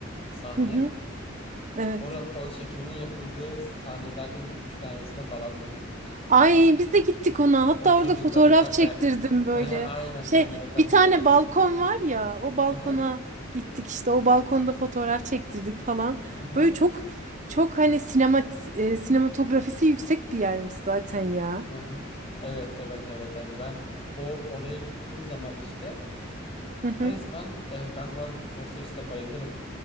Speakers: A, on the left (about 30°); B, on the right (about 40°).
A: Sahne.
B: Hı hı. Evet.
A: Orada o çekiminin yapıldığı sahnelerden iki üç tanesine falan da gittik.
B: Ay biz de gittik ona. Hatta
A: Oturdukları
B: orada fotoğraf
A: kafe.
B: çektirdim böyle.
A: Hı Aynen
B: Şey
A: ben de ben
B: bir tane
A: de.
B: balkon var ya o balkona
A: Hı
B: gittik işte o balkonda fotoğraf çektirdik falan.
A: hı.
B: Böyle çok çok hani sinema, e, sinematografisi yüksek bir yermiş zaten ya.
A: Aha. Evet evet evet hani ben o oraya gittiğim zaman işte
B: Hı hı.
A: resmen e, ben bu arada Before Series'te bayılırım.